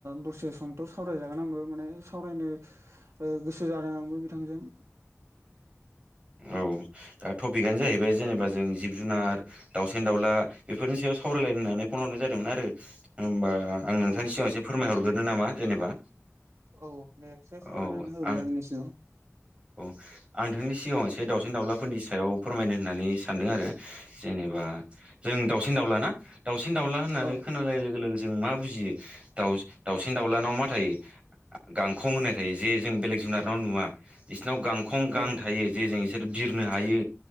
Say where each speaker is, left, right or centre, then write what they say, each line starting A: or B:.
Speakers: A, on the right; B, on the right.
A: दसे समथ' सावरायजागोन आंबो माने सावरायनो गोसो जादों आंबो बिथांजों
B: औ दा टपिकनो जाहैबाय जेनेबा जों जिब जुनार दावउसेन दाउला बेफोरनि सायाव सावरायलायनो होननानै फन हरनाय जादोंमोन आरो होमबा आं नोंथांनि
A: औ
B: सिगाङाव एसे फोरमायहरग्रोनो नामा जेनेबा
A: औ दस फन
B: औ
A: लानानै हरलै
B: आं
A: आंनैसोआव
B: औ आं नोंनि सिगाङाव एसे दाउसिन दाउलाफोरनि सायाव फोरमायनो होननानै सानदों आरो जेनेबा जों दाउसिन दाउला ना दाउसिन दाउला होननानै
A: औ
B: खोनानाय लोगो जों मा बुजियो दउ दाउसिन दाउलानाव मा थायो? गांखं होननाय थायो। जे जों बेलेग जुनाराव नुवा बिसोरनाव गांखं गां
A: औ
B: थायो जे जों बिसोर बिरनो हायो